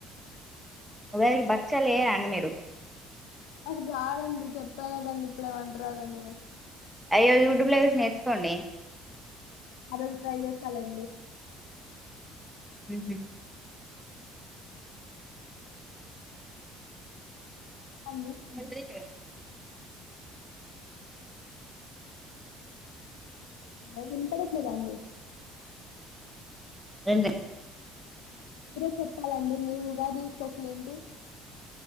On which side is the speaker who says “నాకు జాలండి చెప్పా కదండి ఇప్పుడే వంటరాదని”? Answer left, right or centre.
Left